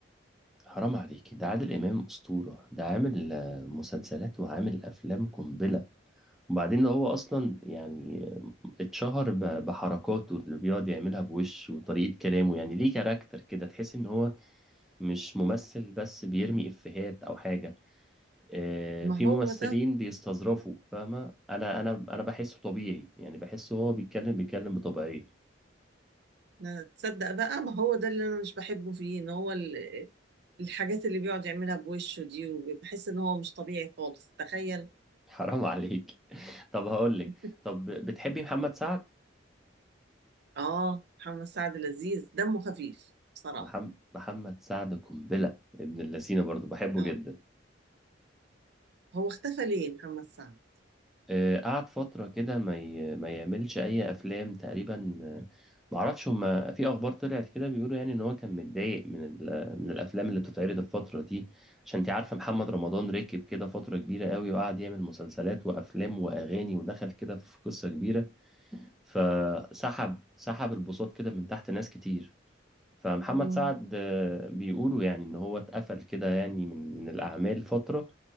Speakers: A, in the centre; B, on the right.
A: حرام عليك ده عادل امام اسطوره ده عامل آه، مسلسلات وعامل افلام قنبله وبعدين ده هو اصلا يعني اتشهر ب- بحركاته اللي بيقعد يعملها بوش وطريقه كلامه يعني ليه كاركتر كده تحس ان هو مش ممثل بس بيرمي افيهات او حاجه آه،
B: ما
A: في
B: هو
A: ممثلين
B: ده
A: بيستظرفوا فاهمه انا انا انا بحسه طبيعي يعني بحسه هو بيتكلم بيتكلم بطبيعيه
B: لا تصدق بقى ما هو ده اللي انا مش بحبه فيه ان هو ال- الحاجات اللي بيقعد يعملها بوشه دي وبحس ان هو مش طبيعي خالص تخيل
A: حرام عليك <laughs> طب هقول لك
B: <laughs>
A: طب بتحبي محمد سعد
B: اه محمد سعد لذيذ دمه خفيف بصراحة
A: محمد محمد سعد قنبلة ابن اللذينة برضو بحبه
B: اه
A: جدا
B: هو اختفى ليه محمد سعد
A: آه، قعد فترة كده ما ي... ما يعملش أي أفلام تقريبا آه، معرفش هما في أخبار طلعت كده بيقولوا يعني إن هو كان متضايق من ال... من الأفلام اللي بتتعرض الفترة دي عشان أنت عارفة محمد رمضان ركب كده فترة كبيرة قوي وقعد يعمل مسلسلات وأفلام وأغاني ودخل كده في قصة كبيرة فسحب سحب البساط كده من تحت ناس كتير فمحمد
B: مم.
A: سعد آه، بيقولوا يعني ان هو اتقفل كده يعني من من الاعمال فترة